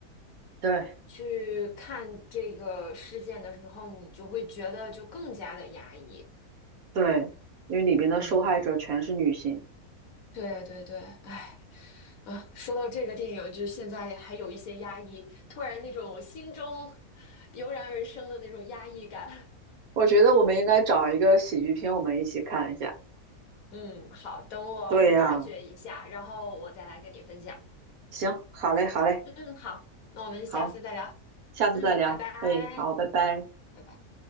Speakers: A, on the right; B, on the left.
A: 对
B: 去看这个事件的时候，你就会觉得就更加的压抑，
A: 对，因为里边的受害者全是女性，
B: 嗯，对对对，哎。啊，说到这个电影，就现在还有一些压抑，突然那种心中 <laughs> 油然而生的那种压抑感。
A: 我觉得我们应该找一个喜剧片，我们一起看一下。
B: 嗯，好，等我发掘一下，
A: 对呀，
B: 然后我再来跟你分享。
A: 行，好嘞，好嘞。
B: 嗯，好，那我们下次再聊。
A: 好，下次再聊。
B: 嗯，拜拜。
A: 哎，好，拜拜。
B: 拜拜。